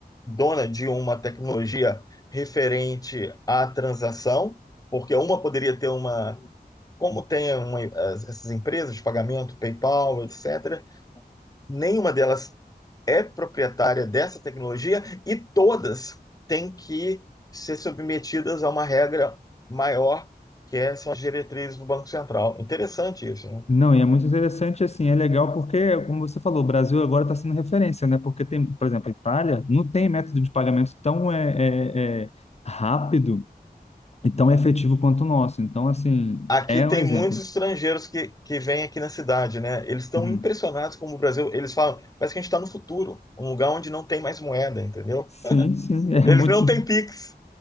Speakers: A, on the left; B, on the left.
A: dona de uma tecnologia referente à transação, porque uma poderia ter uma, como tem uma- as- essas empresas de pagamento, PayPal, etc., nenhuma delas é proprietária dessa tecnologia e todas têm que ser submetidas a uma regra maior, que é- são as diretrizes do Banco Central. Interessante isso, né?
B: Não, e é muito interessante, assim, é legal porque, como você falou, o Brasil agora está sendo referência, né? Porque tem, por exemplo, a Itália não tem método de pagamento tão é, é, é, rápido e tão efetivo quanto o nosso. Então, assim,
A: Aqui
B: é
A: tem
B: um exemplo.
A: muitos estrangeiros que, que vêm aqui na cidade, né? Eles estão
B: Uhum.
A: impressionados como o Brasil. Eles falam, parece que a gente está no futuro, um lugar onde não tem mais moeda, entendeu?
B: Sim, sim, <laughs> é
A: Eles
B: muito.
A: não têm Pix.